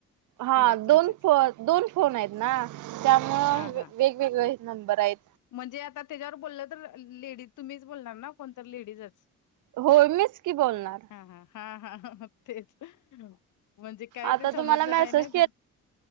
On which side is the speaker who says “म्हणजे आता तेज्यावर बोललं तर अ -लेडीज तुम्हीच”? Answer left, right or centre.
Left